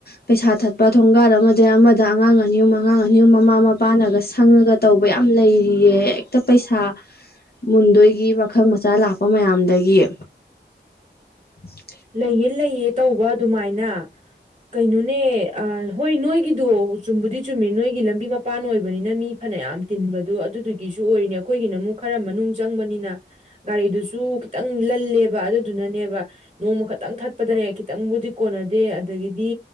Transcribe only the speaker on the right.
ꯂꯩꯌꯦ ꯂꯩꯌꯦ ꯇꯧꯕ ꯑꯗꯨꯃꯥꯏꯅ ꯀꯩꯅꯣꯅꯦ ꯑ ꯍꯣꯏ ꯅꯣꯏ ꯑꯩꯒꯤꯗꯣ ꯆꯨꯝꯕꯨꯗꯤ ꯆꯨꯝꯃꯤ ꯅꯣꯏꯒꯤ ꯂꯝꯕꯤ ꯃꯄꯥꯟ ꯑꯣꯏꯕꯅꯤꯅ ꯃꯤ ꯐꯅꯌꯥꯝ ꯇꯤꯟꯕꯗꯣ ꯑꯗꯨꯗꯨꯒꯤꯁꯨ ꯑꯣꯏꯔꯤꯅꯤ ꯑꯩꯈꯣꯏꯒꯤꯅ ꯑꯃꯨꯛ ꯈꯔ ꯃꯅꯨꯡ ꯆꯪꯕꯅꯤꯅ ꯒꯥꯔꯤꯗꯨꯁꯨ ꯈꯤꯇꯪ ꯂꯜꯂꯦꯕ ꯑꯗꯨꯗꯨꯅꯅꯦꯕ ꯅꯣꯡꯃ ꯈꯛꯇꯪ ꯊꯛꯄꯗꯅꯦ ꯈꯤꯇꯪꯕꯨꯗꯤ ꯀꯣꯟꯅꯗꯦ ꯑꯗꯒꯤꯗꯤ